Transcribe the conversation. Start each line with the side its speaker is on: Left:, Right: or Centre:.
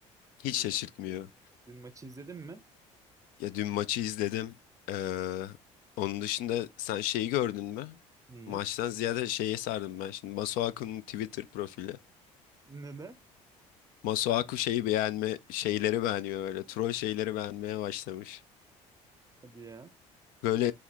Left: hiç
Right: Dün,
Left: şaşırtmıyor.
Right: ma- dün maçı izledin mi?
Left: Ya dün maçı izledim. Ee, onun dışında sen şeyi gördün mü?
Right: niye
Left: Maçtan ziyade şeye sardım ben şimdi. Masuaku'nun Twitter profili.
Right: Neden?
Left: Masuaku şeyi beğenme, şeyleri beğeniyor böyle. Troll şeyleri beğenmeye başlamış.
Right: Hadi ya.
Left: Böyle